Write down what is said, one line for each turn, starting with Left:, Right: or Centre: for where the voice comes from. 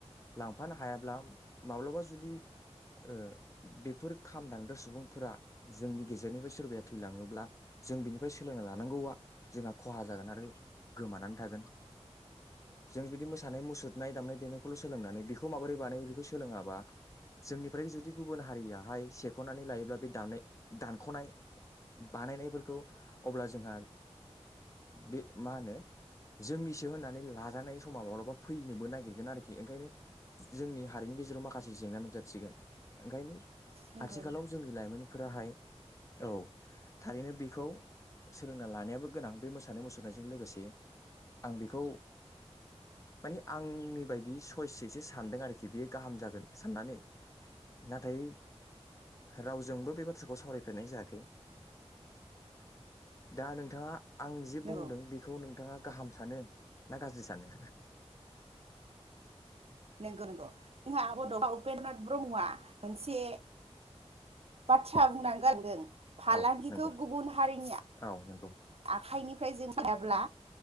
Left: लां फानो हायाब्ला माब्लाबा जुदि ओ बेफोर खाम दानग्रा सुबुंफोरा जोंनि गेजेरनिफ्राय सोरबाया थैलाङोब्ला जों बिनिफ्राय सोलोंना लानांगौआ जोंहा खहा जागोन आरो गोमानानै थागोन जों जुदि मोसानाय मुसुरनाय दामनाय देनायखौल सोलोंनानै बेखौ माबोरै बानायो बेखौ सोलोङाबा जोंनिफ्राय जुदि गुबुन हारियाहाय सेखनानै लायोब्ला बे दाननाय दानखनाय बानायनायफोरखौ अब्ला जोंहा बे मा होनो जोंनिसो होननानै लाजानाय समा माब्लाबा फैनोबो नागिरगोन आरोखि। ओंखायनो जोंनि हारिनि गेजेराव माखासे जेंना नुजाथिसिगोन। ओंखायनो
Right: नंगौ
Left: आथिखालाव जोंनि लाइमोनफोराहाय औ थारैनो बेखौ सोलोंना लानायाबो गोनां बे मोसानाय मुसुरनायजों लोगोसे। आं बेखौ माने आंनि बायदि सयसजोंसो सानदों आरोखि बेयो गाहाम जागोन साननानै। नाथाय रावजोंबो बे बाथ्राखौ सावरायफेरनाय जायाखै। दा नोंथाङा आं जि
Right: नंगौ
Left: बुंदों बेखौ नोंथाङा गाहाम सानो ना गाज्रि सानो?
Right: नंगौ नंगौ जोंहा बड'फा उप उपेन्द्रनाथ ब्रह्मआ मोनसे बाथ्रा थ्रा बुंनानै गालांदों फालांगिखौ
Left: औ नंगौ
Right: गुबुन हारिनि
Left: औ नंगौ
Right: आखाइनि फ्राय जों थायाब्ला